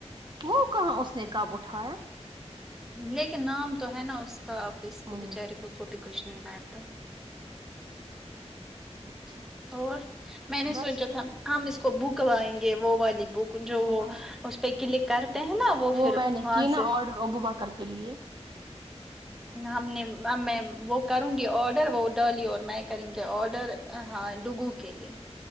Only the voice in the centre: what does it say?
لیکن نام تو ہے نا اس کا اب اس کو
بچارے کو بیچارے کو بھی کچھ نہیں لاتا
اور میں نے سوچا
تھا ہم اس کو بک لائیں گے وہ والی بک جو
وہ اس پہ کلے کر ہیں نا وہ پھر
وہاں
سے
ہم نے اب میں وہ کروں گی آڈر وہ ڈولی اور میں کریں گے آڈر ہاں ڈوگو کےلی